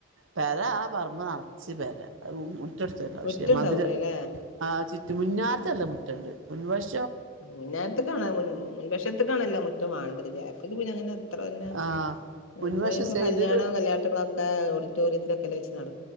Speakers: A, on the right; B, on the left.
A: പെരാ ആ പറമ്പ് നറച്ച് പെരാ റൂമു റ്റടുത്തയാട്ടോ പക്ഷെ
B: മുറ്റണ്ടാവൂലല്ലേ
A: മധുര ആച് മുന്നാത്തല്ല മുറ്റുണ്ട് മുൻവഷ്
B: മുന്നേരത്തക്കാണ് മുൻ മുൻവശത്തേക്കണല്ലോ മുറ്റോം വാണ്ടത് വ്യ ഇത് പിന്നെ അങ്ങനെ എത്ര തന്നെ
A: ആ മുൻവശം
B: ഇപ്പ ഇപ്പോ
A: സൈഡില്
B: കല്യാണോം കല്യാട്ടങ്ങളൊക്കെ ഓടിറ്റോറിയത്തിലൊക്കൊല്ലേ വെച്ച് നട